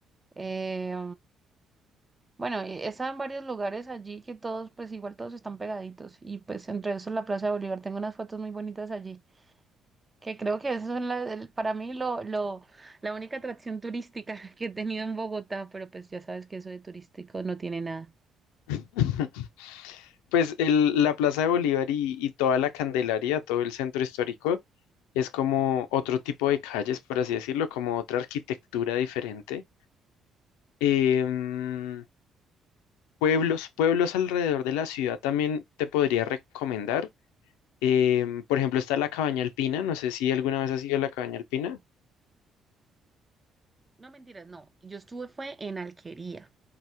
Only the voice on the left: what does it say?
<laughs> Pues el- la Plaza de Bolívar y, y toda la Candelaria, todo el centro histórico, es como otro tipo de calles, por así decirlo, como otra arquitectura diferente. Em, pueblos, pueblos alrededor de la ciudad también te podría recomendar. Em, por ejemplo, está la Cabaña Alpina, no sé si alguna vez has ido a la Cabaña Alpina.